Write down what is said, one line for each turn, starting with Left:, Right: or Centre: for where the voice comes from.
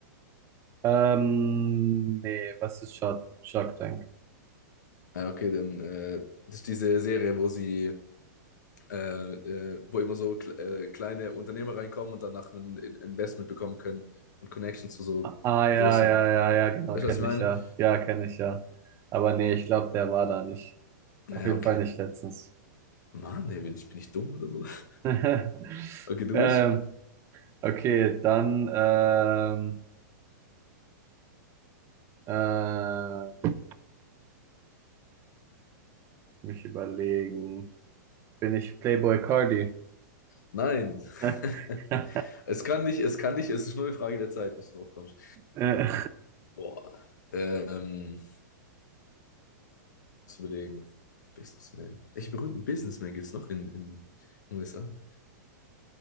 Right: Ähm, nee, was ist Shark, Shark Tank?
Left: Ah, okay, dann äh, das ist diese Serie, wo sie, äh, äh, wo immer so kle- äh, kleine Unternehmer reinkommen und danach ein In- Investment bekommen können und Connections zu so
Right: Ah, ah, ja,
Left: großen.
Right: ja, ja, ja, genau,
Left: Weißt
Right: kenne
Left: du, was ich meine?
Right: ich ja. Ja, kenne ich ja. Aber nee, ich glaube, der war da nicht.
Left: Ja,
Right: Auf jeden
Left: okay.
Right: Fall nicht letztens.
Left: Mann, ey, bin ich, bin ich dumm oder so? <laughs>
Right: <laughs>
Left: Okay, du
Right: Ähm,
Left: bist?
Right: okay, dann ähm, äh, mich überlegen. Bin ich Playboy Cardi?
Left: Nein. <laughs>
Right: <laughs> <laughs> äh,
Left: Es kann nicht, es kann nicht, es ist nur eine Frage der Zeit, bis du drauf kommst.
Right: äh,
Left: Boah. Ähm, lass überlegen. Businessman. Welche berühmten Businessmen gibt es noch in, in, in den USA?